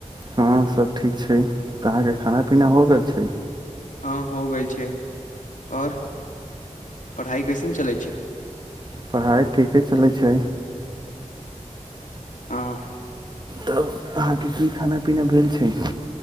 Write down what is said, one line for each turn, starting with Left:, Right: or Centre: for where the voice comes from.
Right: हँ सब ठीक छै तऽ अहाँके खाना पीना हो गेल छै
Left: हँ हो गेल छै आओर पढ़ाइ कैसन चलै छै
Right: पढ़ाइ ठीके चलै छै
Left: हँ
Right: तब अहाँके की खाना पीना भेल छै